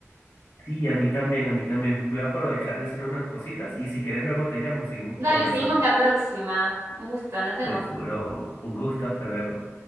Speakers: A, on the left; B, on the right.
A: Sí, a mí también, a mí también. Voy a aprovechar de hacer unas cositas y si quieres luego te llamo seguimos
B: Dale,
A: conversando.
B: seguimos la próxima. Un gusto, nos vemos.
A: Seguro, un gusto, hasta luego.